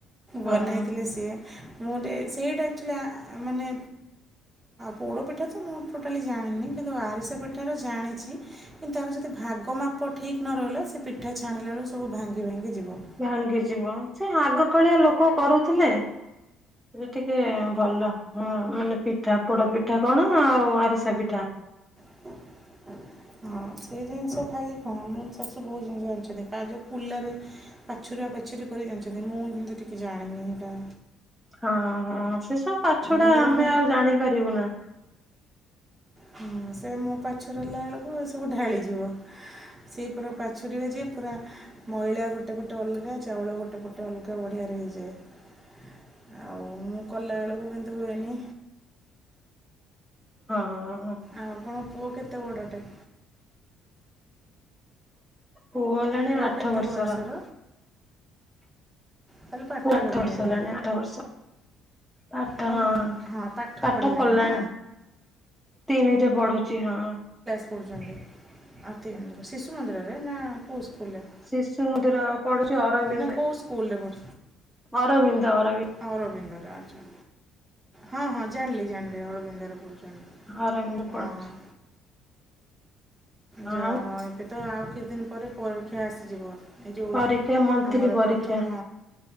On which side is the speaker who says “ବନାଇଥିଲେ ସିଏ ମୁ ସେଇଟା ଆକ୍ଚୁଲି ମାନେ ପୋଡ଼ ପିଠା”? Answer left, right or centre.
Right